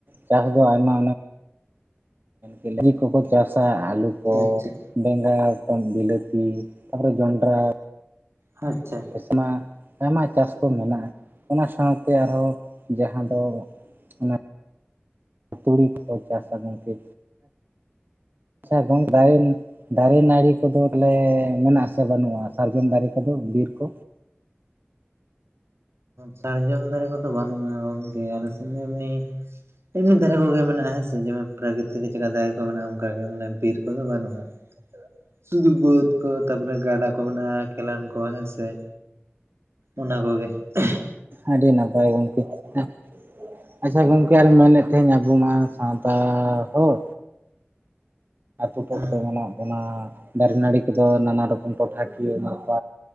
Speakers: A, on the right; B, on the right.
A: ᱪᱟᱥ ᱫᱚ ᱟᱭᱢᱟ ᱵᱤᱞᱟᱹᱛᱤ ᱠᱚᱠᱚ ᱪᱟᱥᱟ ᱟᱹᱞᱩ ᱠᱚ
B: ᱟᱪᱪᱷᱟ
A: ᱵᱮᱸᱜᱟᱲ ᱵᱤᱞᱟᱹᱛᱤ ᱛᱟᱯᱚᱨᱮ ᱡᱚᱸᱰᱨᱟ
B: ᱟᱪᱪᱷᱟ ᱾
A: ᱪᱮᱥᱢᱟ ᱟᱭᱢᱟ ᱪᱟᱥ ᱠᱚ ᱢᱮᱱᱟᱜᱼᱟ ᱚᱱᱟ ᱥᱟᱶᱛᱮ ᱟᱨᱦᱚᱸ ᱡᱟᱦᱟᱸ ᱫᱚ ᱚᱱᱟ ᱦᱟᱸᱜ ᱛᱩᱲᱤ ᱠᱚ ᱪᱟᱥᱟ ᱜᱚᱝᱠᱮ ᱟᱪᱪᱷᱟ ᱜᱚᱝᱠᱮ ᱫᱟᱨᱮ ᱫᱟᱨᱮ ᱱᱟᱹᱲᱤ ᱠᱚᱫᱚ ᱛᱟᱦᱚᱞᱮ ᱢᱮᱱᱟᱜ ᱟᱥᱮ ᱵᱟᱹᱱᱩᱜᱼᱟ ᱥᱟᱨᱡᱚᱢ ᱫᱟᱨᱮ ᱠᱚᱫᱚ ᱵᱤᱨ ᱠᱚ?
B: ᱥᱟᱨᱡᱚᱢ ᱫᱟᱨᱮ ᱠᱚᱫᱚ ᱵᱟᱹᱱᱩᱜᱼᱟ ᱜᱚᱝᱠᱮ ᱟᱞᱮ ᱥᱮᱫ ᱫᱚ ᱮᱢᱱᱤ ᱮᱢᱱᱤ ᱫᱟᱨᱮ ᱠᱚᱜᱮ ᱢᱮᱱᱟᱜᱼᱟ ᱦᱮᱸᱥᱮ ᱡᱮᱢᱚᱱ ᱯᱨᱟᱠᱨᱤᱛᱤᱠ ᱪᱮᱼᱠᱟ ᱫᱟᱨᱮ ᱠᱚ ᱢᱮᱱᱟᱜᱼᱟ ᱚᱱᱠᱟ ᱜᱮ ᱢᱟᱱᱮ ᱵᱤᱨ ᱠᱚᱫᱚ ᱵᱟᱹᱱᱩᱜᱼᱟ ᱾ ᱦᱳᱭ ᱾ ᱥᱩᱫᱩ ᱵᱟᱹᱫᱽ ᱠᱚ ᱛᱟᱨᱯᱚᱨᱮ ᱜᱟᱰᱟ ᱠᱚ ᱢᱮᱱᱟᱜᱼᱟ ᱠᱮᱞᱟᱱ ᱠᱚ ᱦᱮᱸᱥᱮ ᱾ ᱚᱱᱟ ᱠᱚᱜᱮ ᱾
A: ᱟᱹᱰᱤ ᱱᱟᱯᱟᱭ ᱜᱚᱝᱠᱮ ᱾ ᱟᱪᱪᱷᱟ ᱜᱚᱝᱠᱮ ᱟᱨ ᱢᱮᱱᱮᱫ ᱛᱟᱦᱮᱱ ᱟᱵᱚ ᱢᱟ ᱥᱟᱶᱛᱟ ᱦᱚᱲ ᱟᱹᱛᱩᱳ ᱴᱚᱞᱟ
B: ᱦᱮᱸ
A: ᱠᱚᱛᱮ ᱢᱮᱱᱟᱜ ᱵᱚᱱᱟ ᱫᱟᱨᱮ ᱱᱟᱹᱲᱤ ᱠᱚᱫᱚ ᱱᱟᱱᱟ ᱨᱚᱠᱚᱢ ᱴᱚᱴᱷᱟᱠᱤᱭᱟᱹ ᱢᱮᱱᱟᱜ ᱠᱚ